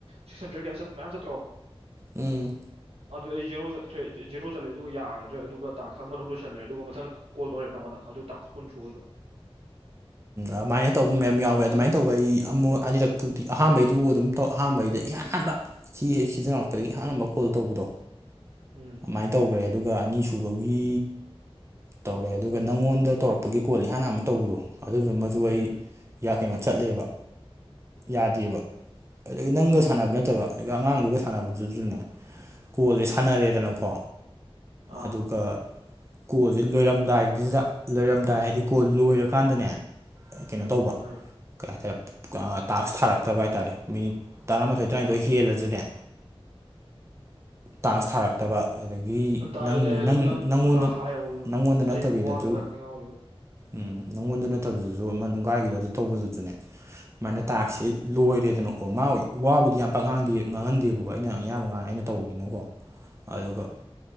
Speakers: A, on the right (about 80°); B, on the right (about 25°).
A: ꯁꯤꯛꯁ ꯍꯟꯗ꯭ꯔꯦꯠ ꯀꯌꯥ ꯆꯠ ꯃꯌꯥꯝ ꯆꯠꯇ꯭ꯔꯣ
B: ꯎꯝ
A: ꯑꯗꯨ ꯑꯩ ꯖꯦꯣ ꯆꯠꯈ꯭ꯔꯦ ꯖꯦꯔꯣ ꯆꯠꯂꯦ ꯑꯗꯨꯒ ꯌꯥꯒꯗ꯭ꯔꯦ ꯑꯗꯨꯒ ꯇꯥ ꯈꯔ ꯑꯃ ꯑꯗꯨꯝ ꯂꯣꯏꯁꯟꯈ꯭ꯔꯦ ꯑꯗꯨꯒ ꯃꯊꯪ ꯀꯣꯜ ꯇꯧꯔꯦ ꯅꯪꯉꯣꯟꯗ ꯑꯗꯨ ꯇꯥꯛꯁ ꯀꯨꯟ ꯁꯨꯔꯗꯣ
B: ꯑꯗꯨꯃꯥꯏꯅ ꯇꯧꯕ ꯃꯌꯥꯝ ꯌꯥꯎꯋꯦ ꯑꯗꯨꯃꯥꯏꯅ ꯇꯧꯕ ꯑꯩ ꯑꯃꯨꯛ ꯑꯅꯤꯔꯛꯇꯨꯗꯤ ꯑꯍꯥꯟꯕꯩꯗꯨꯕꯨ ꯑꯗꯨꯝ ꯇꯧ ꯑꯍꯥꯟꯕꯩꯗ ꯏꯍꯥꯟ ꯍꯥꯟꯕ ꯁꯤ ꯍꯦꯛ ꯁꯤꯖꯤꯟꯅꯔꯛꯄꯗꯒꯤ ꯏꯍꯥꯟ ꯍꯥꯟꯕ ꯀꯣꯜ ꯇꯧꯕꯗꯣ
A: ꯎꯝ
B: ꯃꯥꯏꯅ ꯇꯧꯈ꯭ꯔꯦ ꯑꯗꯨꯒ ꯑꯅꯤꯁꯨꯕꯒꯤ ꯇꯧꯔꯦ ꯑꯗꯨꯒ ꯅꯪꯉꯣꯟꯗ ꯇꯧꯔꯛꯄꯒꯤ ꯀꯣꯜ ꯏꯍꯥꯟ ꯑꯃ ꯇꯧꯕꯗꯣ ꯑꯗꯨꯃꯁꯨ
A: ꯎꯝ
B: ꯑꯩ ꯀꯩꯅꯣ ꯆꯠꯂꯦꯕ ꯌꯥꯗꯦꯕ ꯑꯗꯒꯤ ꯅꯪꯒ
A: ꯎꯝ
B: ꯁꯥꯟꯅꯕ ꯅꯠꯇꯕ ꯑꯗꯒꯤ ꯑꯉꯥꯡꯗꯨꯒ ꯁꯥꯟꯅꯕꯗꯨꯁꯨꯅꯦ ꯀꯣꯜꯁꯦ ꯁꯥꯟꯅꯔꯦꯗꯅꯀꯣ
A: ꯑꯥ
B: ꯑꯗꯨꯒ ꯀꯣꯜꯁꯦ ꯂꯣꯏꯔꯝꯗꯥꯏꯗꯨꯗ ꯂꯣꯏꯔꯝꯗꯥꯏ ꯍꯥꯏꯗꯤ ꯀꯣꯜ ꯂꯣꯏꯔꯒ ꯀꯥꯟꯗꯅꯦ ꯀꯩꯅꯣ ꯇꯧꯕ
A: ꯍ
B: ꯀꯩ ꯍꯥꯏꯇꯥꯔꯦ ꯇꯥꯛꯁ ꯊꯥꯔꯛꯇꯕ ꯍꯥꯏꯇꯥꯔꯦ ꯃꯤꯅꯤꯠ ꯇꯔꯥꯃꯥꯊꯣꯏ ꯇꯔꯥꯅꯤꯊꯣꯏ ꯍꯦꯜꯂꯁꯨꯅꯦ ꯇꯥꯟꯁ ꯊꯥꯔꯛꯇꯕ ꯑꯗꯒꯤ
A: ꯑ ꯇꯥꯏꯌꯦ
B: ꯅꯪ
A: ꯇꯥꯏꯌꯦ ꯑꯗꯨꯝ
B: ꯅꯪ ꯅꯪꯉꯣꯟꯗ
A: ꯍꯥꯏꯌꯣ ꯑꯗꯨꯝ
B: ꯅꯪꯉꯣꯟꯗ ꯅꯠꯇꯕꯤꯗꯁꯨ
A: ꯑꯩ ꯋꯥꯗꯣ ꯉꯥꯛꯇꯅꯤ ꯉꯥꯡꯉꯣꯏꯁꯦ
B: ꯎꯝ ꯅꯪꯉꯣꯟꯗ ꯅꯠꯇꯕꯗꯨꯁꯨ ꯑꯃ ꯅꯨꯡꯒꯥꯏꯒꯤꯗ ꯑꯗꯨ ꯇꯧꯕꯗꯨꯗꯨꯅꯦ ꯁꯨꯃꯥꯏꯅ ꯇꯥꯛꯁꯁꯦ ꯂꯣꯏꯔꯦꯗꯅꯀꯣ ꯃꯥ ꯋꯥꯕꯨꯗꯤ ꯌꯥꯝ ꯄꯛꯉꯥꯡꯗꯦ ꯉꯥꯡꯍꯟꯗꯦꯕꯀꯣ ꯑꯩꯅ ꯑꯌꯥꯝꯕ ꯉꯥꯡ ꯑꯩꯅ ꯇꯧꯕꯅꯦ ꯃꯤꯅꯀꯣ ꯑꯗꯨꯒ